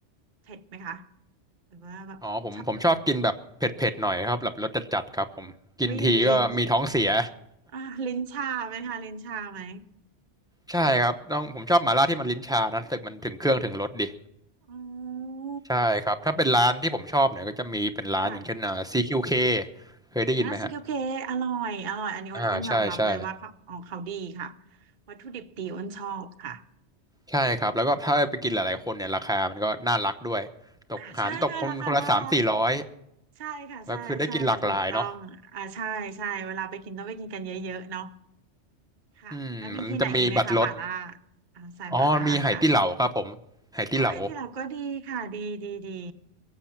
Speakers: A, on the right; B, in the centre.
A: เผ็ดไหมคะหรือว่าแบบชอบแบบ
B: อ๋อผมผมชอบกินแบบเผ็ดๆหน่อยครับแบบรสจัดๆครับผมกินทีก็มีท้องเสีย
A: อุ้ยอย่างงี้ลิ้นอ่าลิ้นชาไหมคะลิ้นชาไหม
B: ใช่ครับต้องผมชอบหม่าล่าที่มันลิ้นชานะรู้สึกมันถึงเครื่องถึงรสดี
A: อ๋อ
B: ใช่ครับถ้าเป็นร้านที่ผมชอบเนี่ยก็จะมีเป็นร้านอย่างเช่นอ่า
A: ค่ะ
B: CQK เคเคยได้ยินไหมฮะ
A: ร้านซีเคเคอร่อยอร่อยอันนี้อ้นอ้นยอมรับเลยว่าเขาของเขาดีค่ะ
B: อ่าใช่ใช่
A: วัตถุดิบดีอ้นชอบค่ะ
B: ใช่ครับแล้วก็ถ้าไปกินหลายๆคนเนี่ยราคามันก็น่ารักด้วยตกหารตกคนคนละสามสี่ร้อย
A: อ่าใช่ค่ะราคาน่ารัก ใช่ค่ะใช่ใช่ถูกต้องอ่าใช่ใช่เวลาไปกินต้องไปกินกันเยอะๆเนาะ
B: แล้วคือได้กินหลากหลายเนาะ
A: ค่ะแล้วมีที่ไหนอีกไหมคะหม่าล่า
B: อืมมันจะมีบัตรรถ
A: อ่าใส่หม่าล่าค่ะ
B: อ๋อมีไหตี้เหลาครับผมไหตี้เหลา
A: โอ้ยที่เราก็ดีค่ะดีดีดี